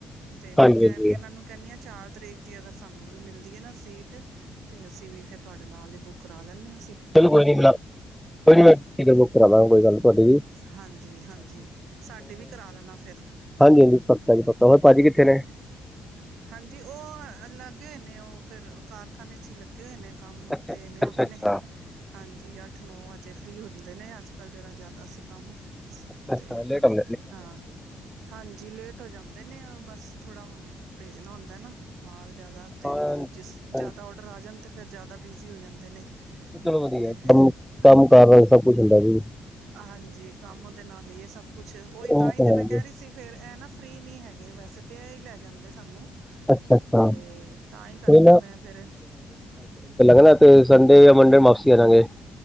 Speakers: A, on the right; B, in the centre.
A: ਤੇ ਮੈਂ
B: ਹਾਂਜੀ
A: ਕਹਿ
B: ਹਾਂਜੀ
A: ਇਹਨਾਂ ਨੂੰ ਕਹਿੰਦੀ ਹਾਂ ਚਾਰ ਤਰੀਕ ਦੀ ਅਗਰ ਸਾਨੂੰ ਵੀ ਮਿਲਦੀ ਹੈ ਨਾ ਸੀਟ ਤੇ ਅਸੀਂ ਵੀ ਫੇਰ ਤੁਹਾਡੇ ਨਾਲ ਹੀ ਬੁੱਕ ਕਰਾ ਲੈਂਦੇ ਹਾਂ
B: ਚਲੋ ਕੋਈ ਨੀ ਕੋਈ ਨੀ ਮੈਂ ਟਿਕਟਾ ਬੁੱਕ ਕਰਾ ਲਵਾਂ ਗਾ ਕੋਈ ਗੱਲ ਤੁਹਾਡੀੇ ਵੀ
A: ਹਾਂਜੀ-ਹਾਂਜੀ ਸਾਡੇ ਵੀ ਕਰਾ ਲੈਣਾ ਫਿਰ
B: ਹਾਂਜੀ-ਹਾਂਜੀ ਪੱਕਾ ਜੀ ਪੱਕਾ ਹੋਰ ਪਾਜੀ ਕਿੱਥੇ ਨੇ
A: ਹਾਂਜੀ ਉਹ ਲੱਗੇ ਨੇ ਉਹ ਫੇਰ ਕਾਰਖਾਨੇ ਚ ਹੀ ਲੱਗੇ ਹੋਏ ਨੇ ਕੰਮ
B: ਅੱਛਾ
A: ਤੇ ਨੇ
B: ਅੱਛਾ
A: ਆਪਣੇ
B: ਅੱਛਾ
A: ਹਾਂਜੀ ਅੱਠ ਨੌ ਵਜੇ ਫ੍ਰੀ ਹੋ ਹੁੰਦੇ ਨੇ ਅੱਜ ਕੱਲ੍ਹ ਜਿਹੜਾ ਜ਼ਿਆਦਾ ਸੀ ਕੰਮ
B: ਅੱਛ-ਅੱਛਾ
A: ਤੇ
B: ਲੇਟ ਆਉਂਦਾ
A: ਹਾਂ ਹਾਂਜੀ ਲੇਟ ਹੋ ਜਾਂਦੇ ਨੇ ਬਸ ਥੋੜ੍ਹਾ ਭੇਜਣਾ ਹੁੰਦਾ ਨਾ ਮਾਲ ਜਿਆਦਾ ਤੇ
B: ਹਾਂ
A: ਫੇਰ ਜਿਸ ਜਿਆਦਾ
B: ਹਾਂਜੀ
A: ਔਡਰ ਆ ਜਾਣ ਤੇ ਫੇਰ ਜ਼ਿਆਦਾ ਬਿਜ਼ੀ ਹੋ ਜਾਂਦੇ ਨੇ
B: ਚਲੋ ਵਧੀਆ
A: ਤੇ ਫਿਰ
B: ਕੰਮ-ਕੰਮ ਕਰ ਰ ਸਭ ਕੁੱਛ ਹੁੰਦਾ ਸੀ
A: ਹਾਂਜੀ ਕੰਮ ਦੇ ਨਾਲ ਹੀ ਇਹ ਸਭ ਕੁਛ ਉਹੀ
B: ਉਹ
A: ਤਾਂ ਹੀ ਤੇ
B: ਹੈ
A: ਮੈਂ ਕਹਿ
B: ਜੀ
A: ਰਹੀ ਸੀ ਫੇ ਫਿਰ ਇਹ ਨਾ ਫ੍ਰਰੀ ਨਹੀ ਹੈਗੇ ਵੈਸੇ ਤਾਂ ਇਹ ਲੈ ਜਾਂਦੇ ਸਾਨੂੰ
B: ਅੱਛਾ ਅੱਛਾ
A: ਤੇ ਤਾਂ ਹੀ ਕਰਕੇ
B: ਕੋਈ
A: ਮੈਂ ਫੇਰ ਹ
B: ਹਨਾ ਤੇ ਸੰਡੇ ਜਾਂ ਮੰਡੇ ਵਾਪਸੀ ਆਾਂਗੇ